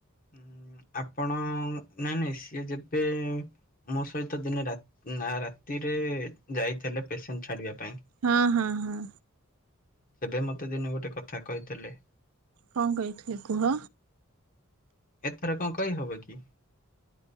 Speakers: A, on the left; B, on the right.
A: ଉଁ ଆପଣ ନାଇଁ ନାଇଁ ସିଏ ଯେବେ ମୋ ସହିତ ଦିନେ ରାତ ରାତିରେ ଯାଇଥିଲେ, ପେସେଣ୍ଟ ଛାଡିବା ପାଇଁ।
B: ହଁ- ହଁ- ହଁ।
A: ସେବେ ମତେ ଦିନେ ଗୋଟେ କଥା କହିଥିଲେ।
B: କଣ କହିଥିଲେ କୁହ?
A: ଏଥେରେ କଣ କହିହବ କି?